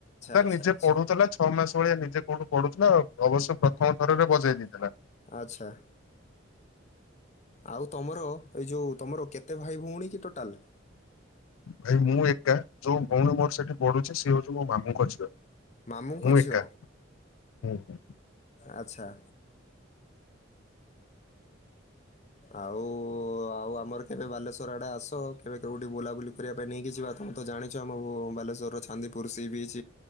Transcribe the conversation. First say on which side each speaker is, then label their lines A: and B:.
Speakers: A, on the left; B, on the left.
A: ସେ
B: ଆଚ୍ଛା
A: ନିଜେ
B: ଆଚ୍ଛା
A: ପଢୁଥିଲା ଛଅ ମାସ ଭଳିଆ ନିଜେ କୋଉଠୁ ପଢୁଥିଲା ଅବଶ୍ୟ ପ୍ରଥମ ଥରରେ ବଜେଇ। ନେଇଥିଲା।
B: ଆଚ୍ଛା। ଆଉ ତମର ଏଇ ଯେଉଁ ତୁମର କେତେ ଭାଇ ଭଉଣୀ କି ଟୋଟାଲ।
A: ଭାଇ ମୁଁ ଏକା ଯୋଉ ଭଉଣୀ ମୋର ସେଠି ପଢୁଛି ସିଏ ହଉଛି ମୋ ମାମୁଙ୍କ ଝିଅ।
B: ମାମୁଁଙ୍କ
A: ମୁଁ ଏକା।
B: ଝିଅ
A: ହୁଁ ହୁଁ
B: ଆଚ୍ଛା। ଆଉ ଆଉ ଆମର କେବେ ବାଲେଶ୍ୱର ଆଡେ ଆସ କେବେ କୋଉଠି ବୁଲାବୁଲି। କରିବା ପାଇଁ ନେଇକି ଯିବା ତମେ ତ ଜାଣିଛ ଆମକୁ ବାଲେଶ୍ୱରର ଚାନ୍ଦିପୁର ସି ବିଛ।